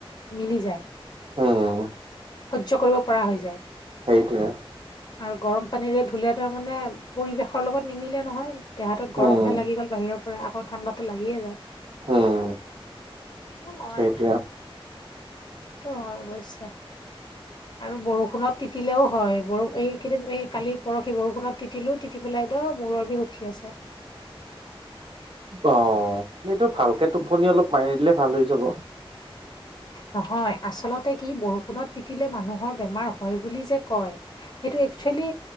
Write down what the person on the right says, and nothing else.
উম
সেইটোৱে
উম
উম
সেইটোৱে
অ', এইটো ভালকে টোপনি অলপ মাৰি দিলে ভাল হৈ যাব।